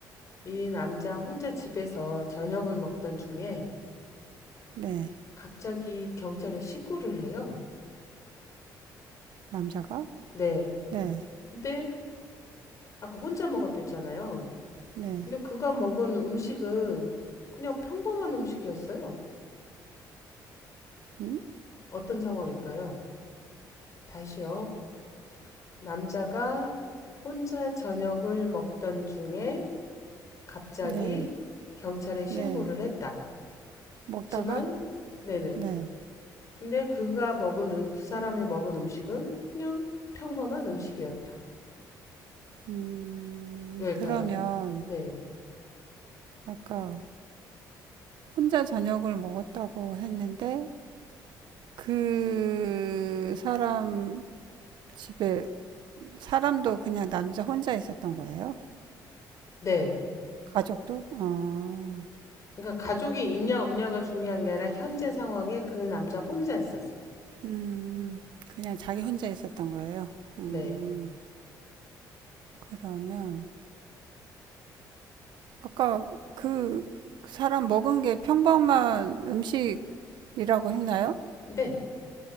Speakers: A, on the left; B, on the right.
A: 이 남자 혼자 집에서 저녁을 먹던 중에
B: 네.
A: 갑자기 경찰에 신고를 해요.
B: 남자가?
A: 네,
B: 네.
A: 근데 아까 혼자 먹었댔잖아요.
B: 네.
A: 근데 그가 먹은 음식은 그냥 평범한 음식이었어요.
B: 음?
A: 어떤 상황일까요? 다시요. 남자가 혼자 저녁을 먹던 중에 갑자기
B: 네.
A: 경찰에 신고를
B: 네.
A: 했다.
B: 먹다가?
A: 하지만 네네.
B: 네.
A: 근데 그가 먹은 음- 그 사람이 먹은 음식은 그냥 평범한 음식이었다.
B: 음,
A: 왜일까요?
B: 그러면
A: 네.
B: 아까 혼자 저녁을 먹었다고 했는데 그 사람 집에 사람도 그냥 남자 혼자 있었던 거예요?
A: 네.
B: 가족도? 아.
A: 그러니까 가족이 있냐 없냐가 중요한 게 아니라 현재 상황에 그 남자 혼자 있었어요.
B: 음, 그냥 자기 혼자 있었던 거예요.
A: 네.
B: 음, 그러면 아까 그 사람 먹은 게 평범한 음식이라고 했나요?
A: 네.